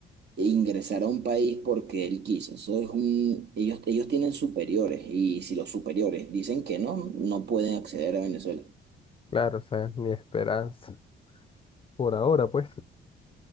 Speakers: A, on the right; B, on the left.
A: e ingresar a un país porque él quiso. Eso es un, ellos, ellos tienen superiores y si los superiores dicen que no, no pueden acceder a Venezuela.
B: Claro, o sea, ni esperanza. Por ahora, pues.